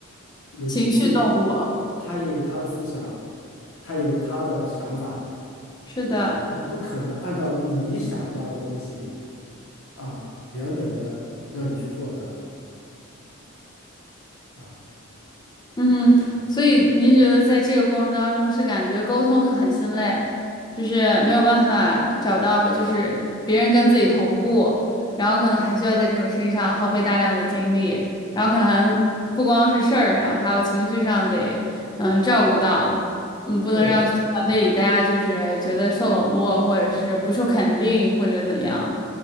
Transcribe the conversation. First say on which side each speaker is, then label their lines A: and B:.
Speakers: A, on the left (about 65°); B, on the left (about 20°).
A: 有情绪的，
B: 情绪动物，
A: 他也有他的思想，他有他的想法。
B: 是的。
A: 你不可能按照你想要的东西啊，原本的让你去获得啊。
B: 嗯，所以您觉得在这个过程当中是感觉沟通很心累，就是没有办法找到就是别人跟自己同步，然后可能还需要在这种事情上耗费大量的精力，然后可能不光是事儿上，还有情绪上得嗯照顾到，嗯不能让团队里大家就是觉得受冷落或者是不受肯定或者怎样，
A: 对，